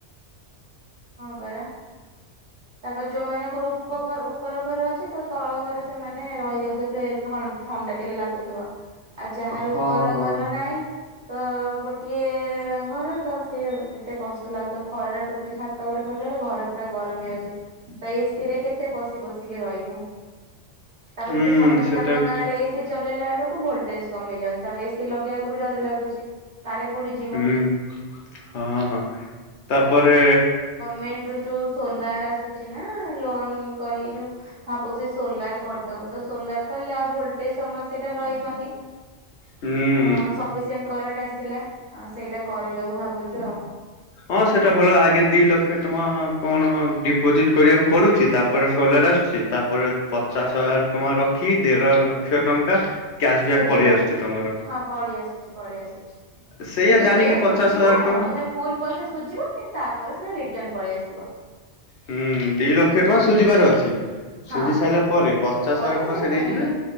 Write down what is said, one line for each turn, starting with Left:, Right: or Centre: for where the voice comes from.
Right: ହଁ ପରା ତାପରେ ଯୋଉମାନଙ୍କର ଉପଘର ଉପର ଘର ଅଛି ତ ତଳ ଘରେ ସେମାନେ ରହିଯାଉଛନ୍ତି ଥଣ୍ଡା ଟିକେ ଲାଗୁଥିବ। ଆଉ ଯାହାର
Left: ହଁ
Right: ଉପର
Left: ହଁ
Right: ଘର ନାହିଁ ତ ଗୋଟିଏ ଘର ତ ସିଏ କେତେ କଷ୍ଟ ଲାଗୁଥିବ ଖରାରେ ଟୋଟାଲି ଛା ଉପରେ ପଡ଼ିଲା ବେଳକୁ ଘର ପୁରା ଗରମ ହେଇ ଯାଉଛି ତ ଏସିରେ କେତେ ପଶି ପଶୀକି ରହିବୁ? ତାପରେ
Left: ହୁଁ
Right: ଏଠି ସମସ୍ତେ
Left: ସେଟା
Right: ଆମ
Left: ବି
Right: ଗାଁ ରେ ଏସିି ଚଲେଇଲା ବେଳୁ ଭୋଲଟେଜ କମ ହେଇଯାଉଛି ତା ଏସିି ଲଗେଇବାକୁ ବି ଡର ଲାଗୁଛି। କାଳେ ପୋଡିଯିବ
Left: ହୁଁ ହଁ ହଁ ତାପରେ
Right: ମେଣ୍ଟ ରୁ ଯୋଉ ସୋଲାର ଆସୁଛି ନା ଲୋନ କରିକି ଯୋଉ ଭାବୁ ସେ ସୋଲାର କରିଦୋବୁ ସୋଲାର କଲେ ଆଉ ଭୋଲଟେଜ ସମସ୍ୟା ଟା ରହିବନି।
Left: ହୁଁ
Right: ଅ ସଫିସେଣ୍ଟ କରେଣ୍ଟ ଆସିଲା ସେଇଟା କରିଦବୁ ଭାବୁଛୁ ଆଉ
Left: ହଁ ସେଟା ଭଲ ଆଗେ ଦି ଲକ୍ଷ ଟଙ୍କା କଣ ଡିପୋଜିଟ୍ କରିବାକୁ ପଡ଼ୁଛି। ତାପରେ ସୋଲାର ଆସୁଛି ତାପରେ ପଚାଶ ହଜାର ଟଙ୍କା ରଖି ଦେଢ ଲକ୍ଷ ଲକ୍ଷ ଟଙ୍କା କ୍ୟାସ୍
Right: ସୁଝିବାକୁ
Left: ବ୍ୟାକ୍ ପଳେଇ ଆସୁଛି ତମର
Right: ହଁ ପଳେଇ ଆସୁଛି ପଳେଇ ଆସୁଛି।
Left: ସେଇଆ
Right: କିନ୍ତୁ
Left: ଜାଣିକି
Right: ଏଇଆ
Left: ପଚାଶ
Right: ସୁଝିବ
Left: ହଜାର ଟଙ୍କା
Right: ତମେ ଫୁଲ ପଇସା ସୁଝିବ କିନ୍ତୁ ତାପରେ ସେଇଟା ରିଟର୍ଣ୍ଣ ପଳେଇ ଆସିବ
Left: ହୁଁ ଦି ଲକ୍ଷ ଟଙ୍କା ସୁଝିବାର ଅଛି।
Right: ହଁ
Left: ସୁଝି ସାରିଲା ପରେ ପଚାଶ
Right: ପରେ
Left: ହଜାର ଟଙ୍କା ସେ
Right: ପୁଣି
Left: ନେଇଯିବେ